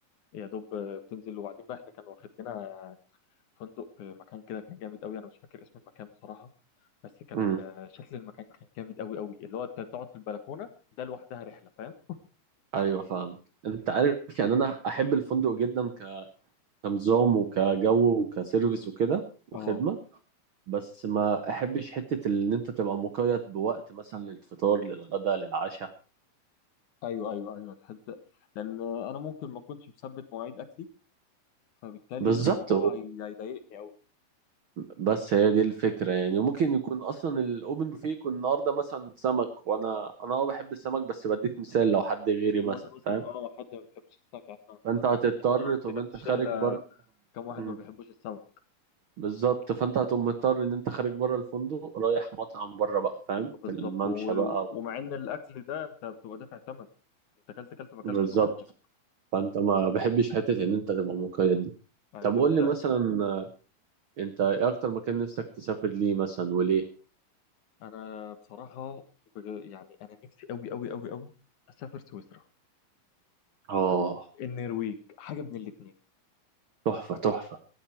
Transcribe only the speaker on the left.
يا دوب بتنزل وبعدين بقى احنا كان واخد لنا فندق في مكان كده كان جامد قوي انا مش فاكر اسم المكان بصراحه بس كان
ال- شكل المكان كان جامد قوي قوي اللي هو انت تقعد في البلكونه ده لوحدها رحله فاهم
اه
ايوه ايوه ايوه تحس لان انا ممكن ما اكونش مثبت مواعيد اكلي فبالتالي
الموضوع هي- هيضايقني قوي
وانا مثلا
اه حد ما بيحبش السمك يعني احنا
احنا عندنا
في الشله
كم واحد
ما بيحبوش السمك
بالظبط
و-
ومع ان الاكل ده انت بتبقى دافع ثمن انت اكلت اكلت ما اكلتش
براحتك
آه،
طب
انت
انا بصراحه بج- يعني انا نفسي قوي قوي قوي قوي اسافر سويسرا
او النرويج حاجه من الاثنين